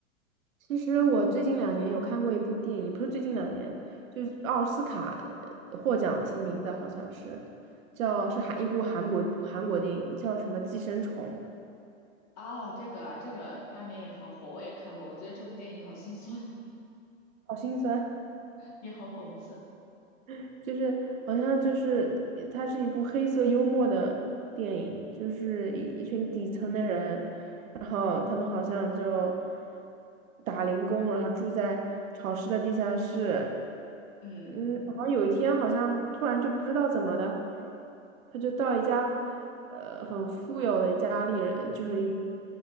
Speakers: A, on the right; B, on the left.
A: 其实我最近两年有看过一部电影，不是最近两年，就是奥斯卡呃获奖提名的，好像是叫是韩一部韩国韩国电影，叫什么《寄生虫》，
B: 哦，这个啊这个当年也好火，我也看过。我觉得这部电影好心酸，
A: 好心酸。
B: <laughs> 也好讽刺。
A: <laughs> 就是好像就是呃它是一部黑色幽默的电影，就是一一群底层的人，然后他们好像就打零工，然后住在潮湿的地下室。
B: 嗯
A: 嗯，然后有一天好像突然就不知道怎么的，他就到一家呃很富有的家里人，就是一